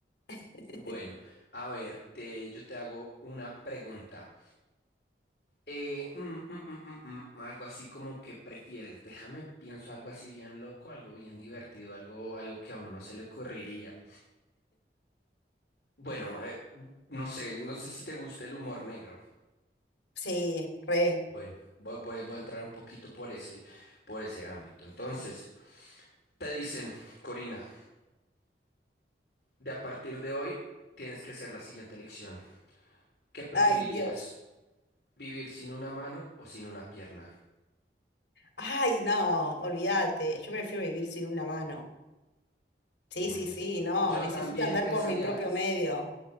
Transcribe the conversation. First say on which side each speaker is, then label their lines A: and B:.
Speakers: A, on the left; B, on the left.
A: <laughs>
B: Bueno, a ver, te, yo te hago una pregunta. Eh, mm, mm, mm, mm, mm, algo así como que prefieres. Déjame, pienso algo así bien loco, algo bien divertido, algo, algo que a uno no se le ocurriría. Bueno, eh, no sé, no sé si te gusta el humor negro.
A: Sí, re.
B: Bueno, voy, voy voy a entrar un poquito por ese, por ese ámbito. Entonces. Te dicen, Corina, de a partir de hoy tienes que hacer la siguiente elección. ¿Qué preferirías?
A: Ay, Dios.
B: ¿Vivir sin una mano o sin una pierna?
A: Ay, no, olvídate. Yo prefiero vivir sin una mano. Sí,
B: Muy
A: sí,
B: bien.
A: sí, no,
B: Yo
A: necesito
B: también
A: andar
B: pensaría,
A: por mi propio medio.